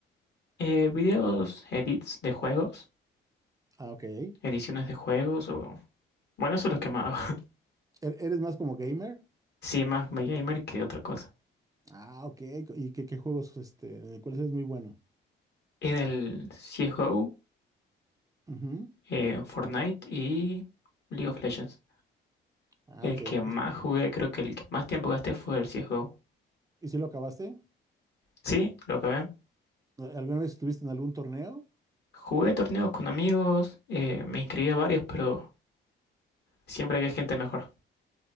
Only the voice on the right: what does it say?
Ah, ok. ¿E-
¿Eres más como gamer?
Ah, ok. ¿Y qué, qué juegos, este, en cuáles eres muy bueno?
Ujú.
Ah,
ok. Es-
¿Y si lo acabaste?
¿Alguna vez estuviste en algún torneo?